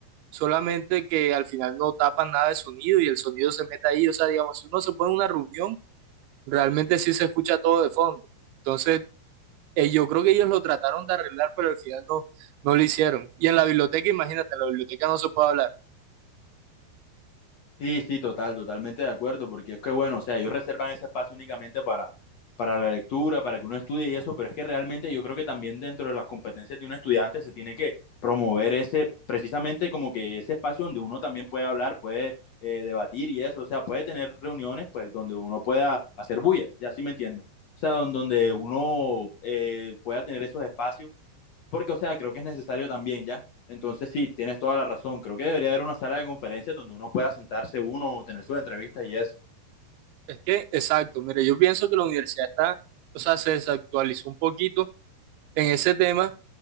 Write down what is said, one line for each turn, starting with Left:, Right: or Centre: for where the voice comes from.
Right: solamente que al final no tapan nada de sonido y el sonido se mete ahí. O sea, digamos, si uno se pone en una reunión, realmente sí se escucha todo de fondo. Entonces, eh, yo creo que ellos lo trataron de arreglar, pero al final no, no lo hicieron. Y en la biblioteca, imagínate, en la biblioteca no se puede hablar.
Left: Sí, sí, total, totalmente de acuerdo, porque es que bueno, o sea, ellos reservan ese espacio únicamente para, para la lectura, para que uno estudie y eso, pero es que realmente yo creo que también dentro de las competencias de un estudiante se tiene que promover ese, precisamente como que ese espacio donde uno también puede hablar, puede eh, debatir y eso, o sea, puede tener reuniones pues donde uno pueda hacer bulla, ya sí me entiendes, o sea, don- donde uno eh, pueda tener esos espacios porque, o sea, creo que es necesario también, ¿ya? Entonces, sí, tienes toda la razón. Creo que debería haber una sala de conferencias donde uno pueda sentarse uno o tener sus entrevistas y eso.
Right: Es que, exacto, mire, yo pienso que la universidad está, o sea, se desactualizó un poquito en ese tema,